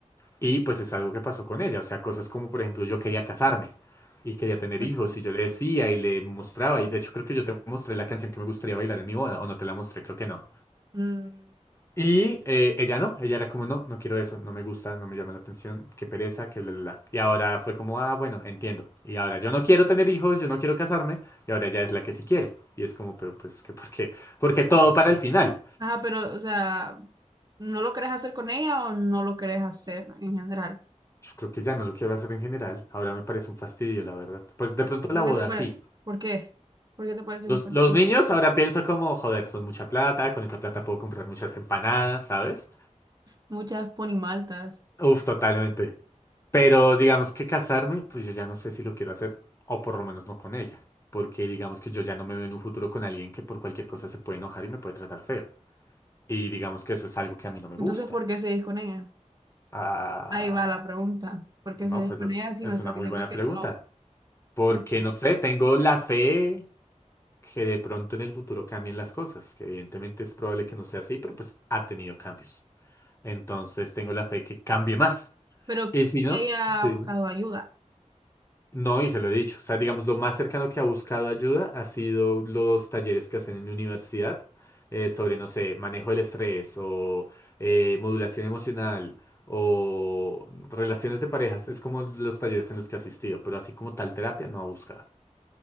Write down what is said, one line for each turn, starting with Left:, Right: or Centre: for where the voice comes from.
Left: Y pues es algo que pasó con ella, o sea, cosas como por ejemplo yo quería casarme y quería tener
Right: Ajá.
Left: hijos y yo le decía y le mostraba y de hecho creo que yo te mostré la canción que me gustaría bailar en mi boda o no te la mostré, creo que no.
Right: Mm,
Left: Y eh, ella no, ella era como no, no quiero eso, no me gusta, no me llama la atención, qué pereza, que bla bla bla. Y ahora fue como, ah, bueno, entiendo. Y ahora yo no quiero tener hijos, yo no quiero casarme y ahora ella es la que sí quiere. Y es como, pero pues es que ¿por qué? Porque todo para el final.
Right: ajá, pero, o sea, ¿no lo querés hacer con ella o no lo querés hacer en general?
Left: Yo creo que ya no lo quiero hacer en general, ahora me parece un fastidio, la verdad. Pues de pronto
Right: ¿Por
Left: la boda
Right: qué te pare-
Left: sí.
Right: ¿Por qué? ¿Por qué te parece
Left: Los,
Right: un fastidio?
Left: los niños ahora pienso como, joder, son mucha plata, con esa plata puedo comprar muchas empanadas, ¿sabes?
Right: Muchas ponimaltas.
Left: Uf, totalmente. Pero digamos que casarme, pues yo ya no sé si lo quiero hacer, o por lo menos no con ella, porque digamos que yo ya no me veo en un futuro con alguien que por cualquier cosa se puede enojar y me puede tratar feo. Y digamos que eso es algo que a mí no me
Right: Entonces,
Left: gusta.
Right: ¿por qué seguís con ella?
Left: Ah,
Right: Ahí va la pregunta. ¿Por qué
Left: no,
Right: seguís
Left: pues
Right: con
Left: es,
Right: ella si
Left: es
Right: me estás
Left: una muy
Right: diciendo
Left: buena
Right: que
Left: pregunta,
Right: no?
Left: porque
Right: Que no?
Left: no sé, tengo la fe que de pronto en el futuro cambien las cosas, que evidentemente es probable que no sea así, pero pues ha tenido cambios. Entonces tengo la fe que cambie más.
Right: Pero
Left: Y si no,
Right: ella
Left: sí,
Right: ha buscado
Left: dime.
Right: ayuda
Left: no, y se lo he dicho. O sea, digamos, lo más cercano que ha buscado ayuda ha sido los talleres que hacen en mi universidad eh, sobre, no sé, manejo del estrés o eh, modulación emocional o relaciones de parejas. Es como los talleres en los que he asistido, pero así como tal terapia no ha buscado.